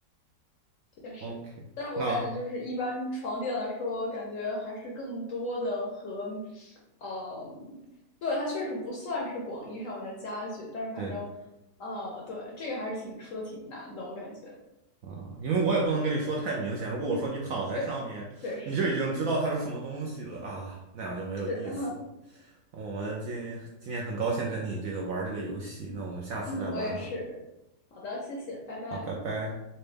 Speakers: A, on the left; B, on the right.
A: 确实，
B: OK，
A: 但是我感觉就是一般床垫来说，
B: 那。
A: 感觉还是更多的和，嗯，对，它确实不算是广义上面的家具，但是反正，
B: 对。
A: 呃，对，这个还是挺出的挺难的，我感觉，
B: 啊，因为我也不能跟你说太明显。如果我说你躺在上面，
A: 确实确实
B: 你就已经知道它是什么东西了啊，那样就没有意思。
A: 是。<laughs>
B: 那我们今今天很高兴跟你这个玩儿这个游戏，那我们下次再玩吧。
A: 嗯，我也是。好的，谢谢，拜拜。
B: 好，拜拜。